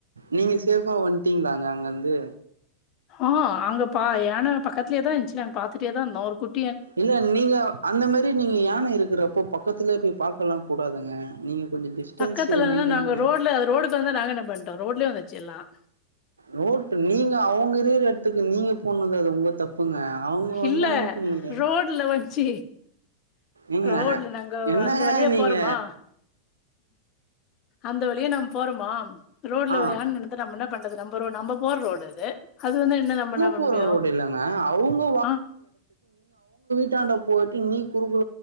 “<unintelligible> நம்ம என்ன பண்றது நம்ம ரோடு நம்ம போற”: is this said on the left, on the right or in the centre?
Left